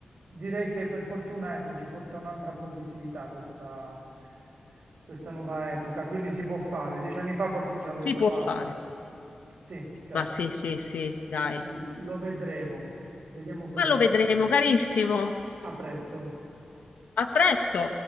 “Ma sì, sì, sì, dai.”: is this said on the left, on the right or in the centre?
Left